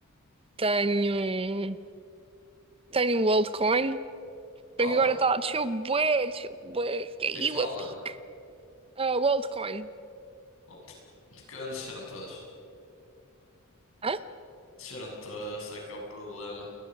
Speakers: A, on the right (about 25°); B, on the left (about 65°).
A: Tenho. Tenho o altcoin.
B: Qual?
A: Porque agora está a descer bué, desceu bué. Caiu
B: Tens qual?
A: a pique. Ah, o altcoin.
B: Oh, Que anos disseram todas?
A: Hã?
B: Desceram todos, esse é que é o problema.